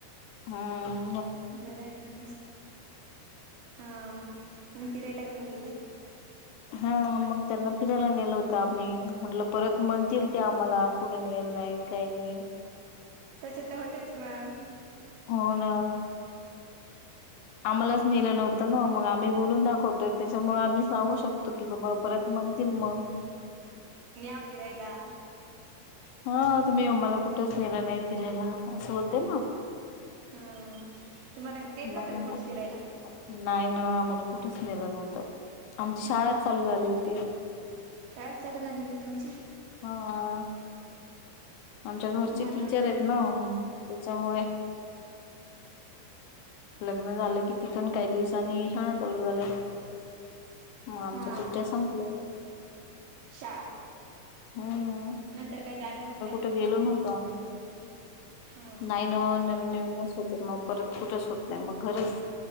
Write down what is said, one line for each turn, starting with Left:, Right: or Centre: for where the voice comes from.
Left: हा
Right: बरं आहे ना मस्त हा म्हण फिरायला घेऊन गेले.
Left: हा मग त्यांना फिरायला नेलं होतं आ म्हटलं. परत म्हणतील ते आम्हाला कुठून येल नाही काही नाही.
Right: तस तर होतेच मग
Left: होन आम्हालाच नेलं नव्हतं ना मग आम्ही बोलून दाखवतो त्याच्यामुळे आम्ही सांगू शको. शकतो की बाबा परत म्हणतील मग
Right: न्याव किरायला.
Left: हा तुम्ही आम्हाला कुठंच नेलं नाही फिरायला असं होत ना
Right: हा तुम्हाला नेर
Left: म्हणून
Right: नवते का पुढ
Left: मग
Right: शिरायला.
Left: नाही ना आम्हाला कुठच नेलं नव्हतं आमची शाळा चालू झाली होती.
Right: कायच चालू झाली होती तुमची.
Left: हा आमच्या घरचे
Right: म्हणून
Left: टीचर आहेत ना त्याच्यामुळे लग्न झालं की तिथून काही दिवसांनी शाळा चालू झाल्या. मग आमच्या
Right: हा
Left: सुट्ट्या संपल्या
Right: शाळा.
Left: हम्म
Right: नंतर काही जाणं होत नाही. परत
Left: ठ गेलो
Right: मग
Left: नत नाही.
Right: हा
Left: नवीन नवीनच होते मग परत कुठंच होत नाही मग घरच.